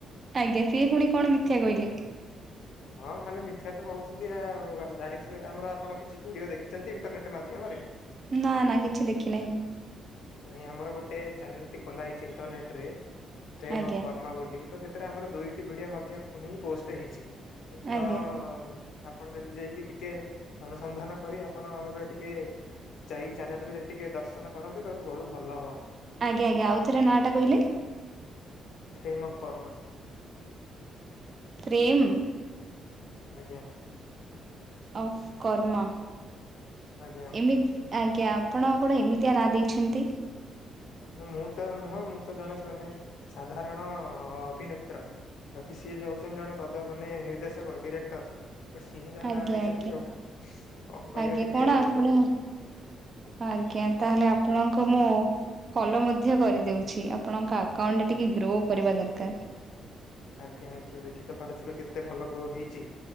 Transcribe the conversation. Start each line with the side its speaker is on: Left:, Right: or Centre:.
Right: ଆଜ୍ଞା ସିଏ ପୁଣି କଣ ମିଥ୍ୟା କହିଲେ।
Left: ହଁ ଖାଲି ମିଥ୍ୟା ତ କହୁଛନ୍ତି ଆଉ ଜାଣିଥିବେ ଆମର ଆପଣ କିଛି ଭିଡିଓ ଦେଖିଛନ୍ତି ଇଣ୍ଟରନେଟ ମାଧ୍ୟମରେ।
Right: ନା ନା କିଛି ଦେଖି ନାହିଁ।
Left: ନାଇଁ ଆମର ଗୋଟେ ଚ୍ୟାନେଲ ଟି ଖୋଲା ହେଇଛି ଇଣ୍ଟରନେଟ ରେ। ଟ୍ରେମ
Right: ଆଜ୍ଞା
Left: ଅଫ କର୍ଣ ବୋଲି ତ ସେଥିରେ ଆମର ଦୁଇଟି ଭିଡିଓ ମଧ୍ୟ ହିଁ ପୋଷ୍ଟ ହେଇଛି।
Right: ଆଜ୍ଞା
Left: ତ ଆପଣ ଯଦି ଯାଇକି ଟିକେ ଅନୁସନ୍ଧାନ କରି ଆପଣ ଆମର ଟିକେ। ଯାଇକି ଚ୍ୟାନେଲକୁ ବି ସେଠି ଟିକେ ଦର୍ଶନ କରନ୍ତେ ତା ବହୁତ ଭଲ ହୁଅନ୍ତା।
Right: ଆଜ୍ଞା ଆଜ୍ଞା ଆଉ ଥ ନାଁ ଟା କହିଲେ?
Left: ପ୍ରେମ ପରୋମ
Right: ପ୍ରେମ
Left: ଆଜ୍ଞା।
Right: ଅଫ କର୍ମା
Left: ଆଜ୍ଞା
Right: ଏମିତି ଆଜ୍ଞା, ଆପଣ କଣ ଏମିତିଆ ନା ଦେଇଛନ୍ତି?
Left: ମୁଁ ତ ନୁହଁ, ମୁଁ ତ ଜଣେ ଜଣେ ସାଧାରଣ ଅଭିନେତ୍ର ବାକି ସିଏ ଯାଉଛନ୍ତି ଜଣେ <unintelligible> ମାନେ ନିର୍ଦ୍ଦେଶକ ଡିରେକ୍ଟର। ସିଂହେ ଯା
Right: ଆଜ୍ଞା
Left: ନାଁ ଦେଇଛନ୍ତି,
Right: ଆଜ୍ଞା
Left: ଆଉ କଣ କରିବା
Right: ଆଜ୍ଞା
Left: ଟିକେ?
Right: କଣ ଆପଣ ଆଜ୍ଞା, ତାହେଲେ ଆପଣଙ୍କ ମୁଁ ଫଲୋ ମଧ୍ୟ କରିଦଉଛି, ଆପଣଙ୍କ ଆକାଉଣ୍ଟ ଟା ଟିକେ ଗ୍ରୋ କରିବା ଦରକାର।
Left: ଆଜ୍ଞା ଆଜ୍ଞା, ଦେଖି ତ ପାରୁଥିବେ, କେତେ ଭଲ ଗ୍ରୋ ହେଇଛି,